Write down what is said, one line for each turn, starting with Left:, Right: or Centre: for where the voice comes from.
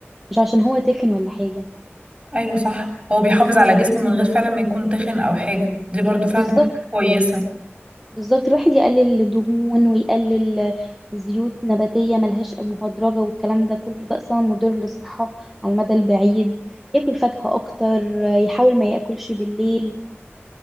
Centre: مش عشان هو تخن ولا حاجه
Right: ايوه صح هو بيحافظ على جسمه من غير فعلا ما يكون تخن او حاجة دي برضو فعلا
Centre: بالظبط
Right: تبقى حاجة كويسة
Centre: بالظبط الواحد يقلل الدهون ويقلل زيوت نباتيه ملهاش مهدرجه والكلام ده كله ده اصلا مضر للصحه على المدى البعيد ياكل فاكهه اكتر يحاول ما ياكلش بالليل